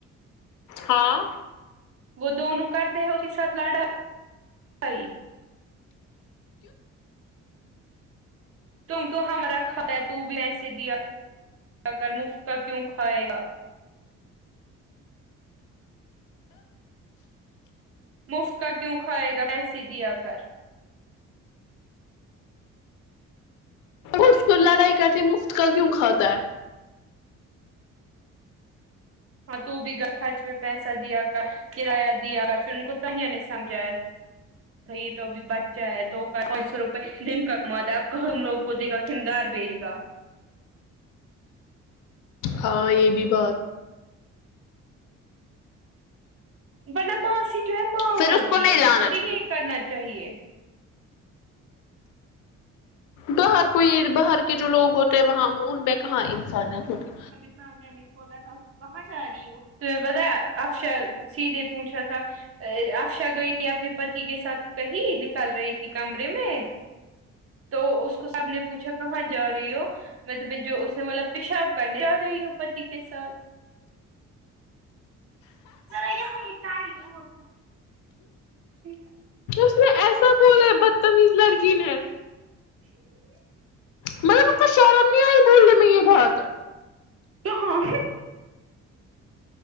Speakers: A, on the left; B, on the right.
A: ہاں
B: وہ دونوں کرتے ہیں اس کے ساتھ لڑاھائی تم تو ہمارا کھاتا ہے تو بھی پیسے دیا کر مفت کا کیوں کھائے گا مفت کا کیوں کھائے گا پیسے دیا کر
A: اس کو لڑائی کرتی مفت کا کیوں کھاتا ہے
B: ہاں تو بھی خرچ میں پیسہ دیا کر کرایہ دیا اگر پھر ان کو تانیہ نے سمجھایا تو یہ تو اب بچہ ہے تو پانچ سو روپئے دن کا کاماتا ہے اب ہم لوگ کھدی گا خھنگار بیے گا
A: ہاں یہ بھی بات
B: ورنہ ماسی جو ہے ماں
A: پھر
B: ہوتی
A: اس کو نہیں
B: ہے
A: لانا
B: پھر تھوڑی
A: چاہیے
B: یہ کرنا چاہیے
A: باہر کوئی باہر کے جو لوگ ہوتے ہیں وہاں ان پہ کہاں انسانیت ہوتی
B: سام میں نہیں کھولا تھا کہاں جا رہی ہو <unintelligible> افشا سیدھے پوچھا تھا ا آفشہ گئی اپنے کے ساتھ کہی نکال رہی تھی کمرے میں تو اس کو سب نے پوچھا کہاں جا رہی ہو میں جو اسے بولا پیشاب کرنے جا رہی ہوں پتی کے ساتھ ذرا یہاں یہ ہو <unintelligible>
A: اس نے ایسا بول ہے بدتمیز لڑکی نے مطلب انکو شرم نہیں آئی بولنے میں یہ بات
B: تو ہاں